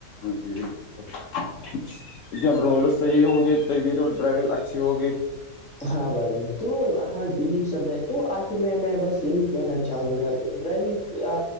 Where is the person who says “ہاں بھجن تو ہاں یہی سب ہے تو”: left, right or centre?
Centre